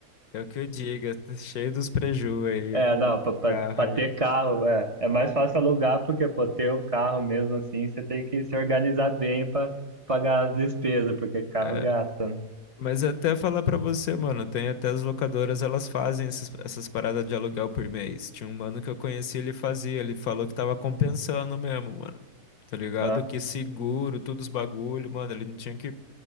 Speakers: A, on the left; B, on the right.
A: eu que o diga, <laughs> tá cheio dos preju aí
B: É,
A: com,
B: não,
A: com
B: pra,
A: o
B: pra,
A: carro
B: pra
A: aí.
B: ter carro, é, é mais fácil alugar, porque, pô, ter o carro mesmo assim, você tem que se organizar bem pra pagar as despesas, porque carro
A: É,
B: gasta, né?
A: mas até falar pra você, mano, tem até as locadoras, elas fazem essas, essas paradas de aluguel por mês. Tinha um mano que eu conheci, ele fazia, ele falou que tava compensando mesmo, mano. Tá ligado?
B: É.
A: Que seguro, todos os bagulho, mano, ele não tinha que